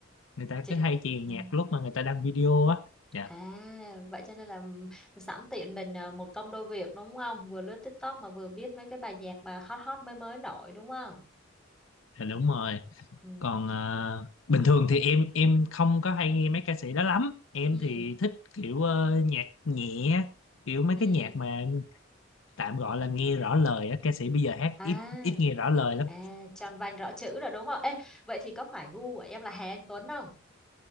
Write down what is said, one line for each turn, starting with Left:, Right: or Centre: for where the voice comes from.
Left: người ta
Centre: chị
Left: cứ hay chèn
Centre: ừ.
Left: nhạc lúc mà người ta đăng video á. Dạ
Centre: À, vậy cho nên là m- sẵn tiện mình à, một công đôi việc đúng không? Vừa lướt TikTok mà vừa biết mấy cái bài nhạc mà hot hot mới mới nổi đúng không?
Left: Dạ đúng rồi.
Centre: Ừ.
Left: Còn ờ, bình thường thì em em không có hay nghe mấy ca sĩ đó lắm. Em
Centre: Ừ.
Left: thì thích kiểu ờ, nhạc nhẹ, kiểu mấy
Centre: Ừ.
Left: cái nhạc mà tạm gọi là nghe rõ lời á. Ca sĩ bây giờ hát
Centre: À,
Left: ít ít nghe rõ lời lắm.
Centre: à, tròn vành rõ chữ rồi đúng không? Ê, vậy thì có phải gu của em là Hà Anh Tuấn không?